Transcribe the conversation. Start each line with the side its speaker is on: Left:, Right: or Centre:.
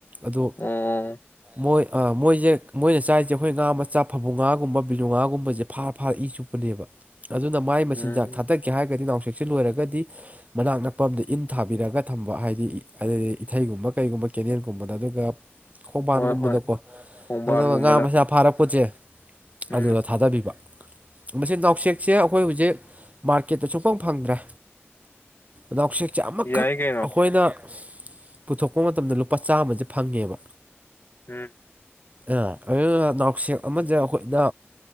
Right: ꯑꯗꯣ
Left: ꯑꯣ
Right: ꯃꯣꯏ ꯃꯣꯏꯁꯦ ꯃꯣꯏꯅ ꯆꯥꯏꯔꯤꯁꯦ ꯑꯩꯈꯣꯏ ꯉꯥ ꯃꯆꯥ ꯐꯕꯨꯡ ꯉꯥꯒꯨꯝꯕ ꯕꯤꯂꯨꯉꯥꯒꯨꯝꯕꯁꯦ ꯐꯥꯔ ꯐꯥꯔ ꯆꯨꯞ ꯄꯅꯦꯕ ꯑꯗꯨꯅ ꯃꯥꯏ ꯃꯆꯤꯟꯖꯥꯛ
Left: ꯎꯝ
Right: ꯊꯥꯗ ꯀꯦ ꯍꯥꯏꯔꯒꯗꯤ ꯅꯥꯎꯁꯦꯛꯁꯦ ꯂꯣꯏꯔꯒꯗꯤ ꯃꯅꯥꯛ ꯅꯛꯄ ꯑꯝꯗ ꯏꯟ ꯊꯥꯕꯤꯔꯒ ꯊꯝꯕ ꯍꯥꯏꯗꯤ ꯑꯩ ꯏꯊꯩꯒꯨꯝꯕ ꯀꯩꯒꯨꯝꯕ ꯀꯦꯅꯦꯜꯒꯨꯝꯕꯗ ꯑꯗꯨꯒ ꯈꯣꯡꯕꯥꯟꯒꯨꯝꯕꯗꯀꯣ
Left: ꯍꯣꯏ ꯍꯣꯏ ꯈꯣꯡꯕꯥꯟꯒꯨꯝꯕꯗ
Right: ꯑꯗꯣ ꯉꯥ ꯃꯆꯥ ꯐꯥꯔꯛꯄꯖꯦ
Left: ꯎꯝ
Right: ꯑꯗꯨꯗ ꯊꯥꯗꯕꯤꯕ ꯃꯁꯤ ꯅꯥꯎꯁꯦꯛꯁꯦ ꯑꯩꯈꯣꯏ ꯍꯧꯖꯤꯛ ꯃꯥꯔꯀꯦꯠꯇ ꯁꯨꯛꯐꯪ ꯐꯪꯗ꯭ꯔꯦ ꯅꯥꯎꯁꯦꯛꯁꯦ ꯑꯃꯈꯛ
Left: ꯌꯥꯏ ꯀꯩꯅꯣ
Right: ꯑꯩꯈꯣꯏꯅ ꯄꯨꯊꯣꯛꯄ ꯃꯇꯝꯗ ꯂꯨꯄꯥ ꯆꯥꯃꯁꯦ ꯐꯪꯉꯦꯕ
Left: ꯎꯝ
Right: ꯑ ꯑꯗꯨꯅ ꯅꯥꯎꯁꯦꯛ ꯑꯃꯖꯦ ꯑꯈꯣꯏꯠꯅ